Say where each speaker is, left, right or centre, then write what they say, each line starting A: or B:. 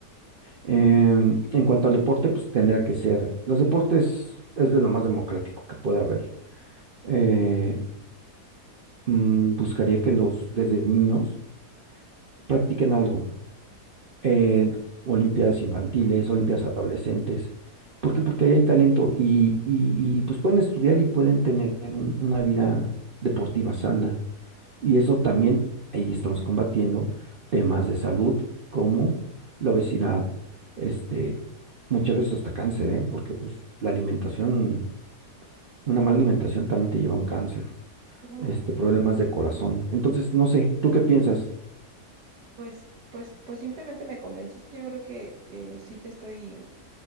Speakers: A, on the right; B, on the right.
A: Em, en cuanto al deporte, pues tendría que ser. Los deportes es de lo más democrático que puede haber. Eh, mm, buscaría que los desde niños practiquen algo. Eh, olimpiadas infantiles, olimpiadas adolescentes. ¿Por qué? Porque ahí hay talento y, y- y, pues pueden estudiar y pueden tener un- una vida deportiva sana. Y eso también, ahí estamos combatiendo temas de salud como la obesidad, este, muchas veces hasta cáncer, ¿eh? Porque pues la alimentación, una mala alimentación también te lleva a un cáncer,
B: Claro.
A: este, problemas de corazón. Entonces, no sé, ¿tú qué piensas?
B: Pues, pues, pues simplemente me convenciste. Yo creo que eh, sí te estoy